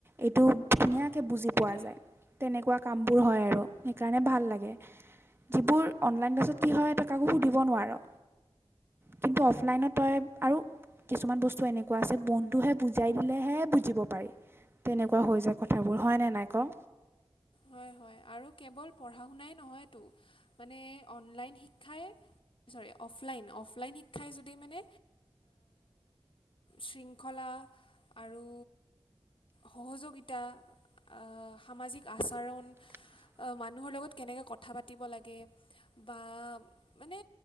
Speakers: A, on the right (about 20°); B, on the left (about 55°).
A: এইটো ধুনীয়া কে বুজি পোৱা যায়, তেনেকুৱা কামবোৰ হয় আৰু সেইকাৰণে ভাল লাগে। যিবোৰ অনলাইন ক্লাছত কি হয় তই কাকো সুধিব নোৱাৰা। কিন্তু অফলাইনত তই আৰু কিছুমান বস্তু এনেকুৱা আছে বন্ধুহে বুজাই দিলেহে বুজিব পাৰি। তেনেকুৱা হৈ যায় কথাবোৰ হয়নে নাই ক।
B: হয় হয় আৰু কেৱল পঢ়া শুনাই নহয়তো মানে অনলাইন শিক্ষাই চৰি অফলাইন, অফলাইন শিক্ষাই যদি মানে শৃংখলা বা আৰু সহযোগিতা আ সামাজিক আচাৰণ
A: <unintelligible>
B: অ মানুহৰ লগত কেনেকে কথা পাতিব লাগে বা মানে